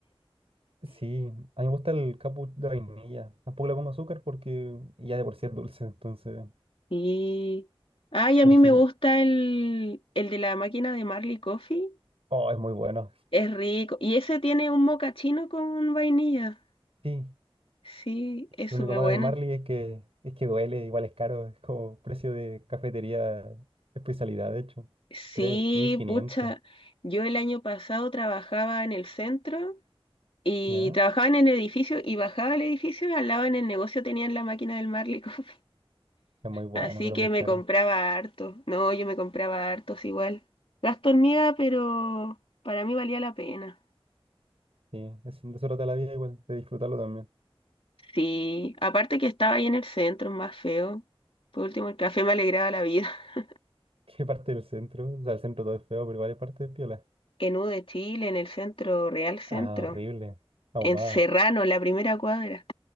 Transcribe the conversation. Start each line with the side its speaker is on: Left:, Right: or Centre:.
Right: Sí, a mí me gusta el cappuccino de vainilla. Tampoco le pongo azúcar porque ya de por sí es dulce, entonces.
Left: Y. Ay, a
Right: Pero
Left: mí
Right: sí,
Left: me gusta el, el de la máquina de Marley Coffee.
Right: oh, es muy bueno.
Left: Es rico. Y ese tiene un mocachino con vainilla.
Right: Sí,
Left: Sí, es
Right: lo
Left: súper
Right: único malo
Left: bueno.
Right: del Marley es que es que duele, igual es caro, es como precio de cafetería especialidad, de hecho.
Left: Sí,
Right: tres mil quinientos,
Left: pucha. Yo el año pasado trabajaba en el centro y
Right: ¿ya?
Left: trabajaba en el edificio y bajaba el edificio y al lado en el negocio tenían la máquina del Marley <laughs> Coffee.
Right: Es muy bueno,
Left: Así
Right: pero
Left: que
Right: muy
Left: me
Right: caro.
Left: compraba harto. No, yo me compraba hartos igual. Gasto hormiga, pero para mí valía la pena.
Right: Sí, es, de eso trata la vida igual, de disfrutarlo también.
Left: Sí, aparte que estaba ahí en el centro, más feo. Por último, el café me alegraba la vida. <laughs>
Right: <laughs> ¿Qué parte del centro? O sea, el centro todo es feo, pero igual hay parte de piola.
Left: En U de Chile, en el centro, Real Centro,
Right: Ah, horrible. Ahumada.
Left: en Serrano, en la primera cuadra,